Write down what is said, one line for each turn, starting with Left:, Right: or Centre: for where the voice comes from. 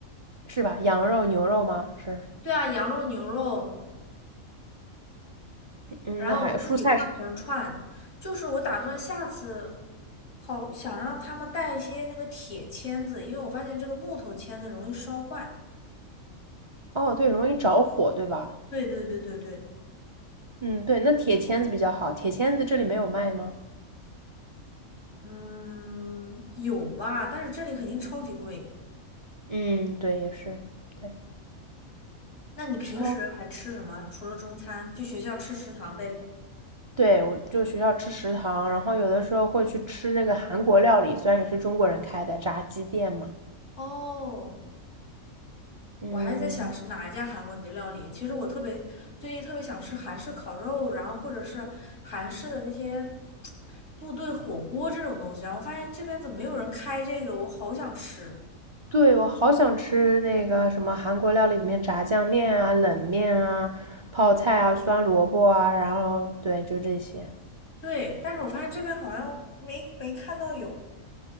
Right: 是吧？羊肉、牛肉吗？是，
Left: 对啊，羊肉、牛肉，
Right: 嗯，
Left: 然后我们自己串成串。
Right: 那还有蔬菜是，
Left: 就是我打算下次好想让他们带一些那个铁签子，因为我发现这个木头签子容易烧坏。
Right: 哦，对，容易着火，对吧？
Left: 对对对对对。
Right: 嗯，对，那铁签子比较好，铁签子这里没有卖吗？
Left: 嗯，有吧，但是这里肯定超级贵。
Right: 嗯，对，也是，对，
Left: 那你平时还吃什么？
Right: 烧。
Left: 除了中餐，就学校吃食堂呗。
Right: 对，我就学校吃食堂，然后有的时候会去吃那个韩国料理，虽然也是中国人开的炸鸡店嘛。
Left: 哦，
Right: 嗯，
Left: 我还在想是哪一家韩国的料理。其实我特别最近特别想吃韩式烤肉，然后或者是韩式的那些部队火锅这种东西。然后发现这边怎么没有人开这个，我好想吃。
Right: 对，我好想吃那个什么韩国料理里面炸酱面啊、冷面啊、泡菜啊、酸萝卜啊，然后对，就这些。
Left: 对，但是我发现这边好像没没看到有。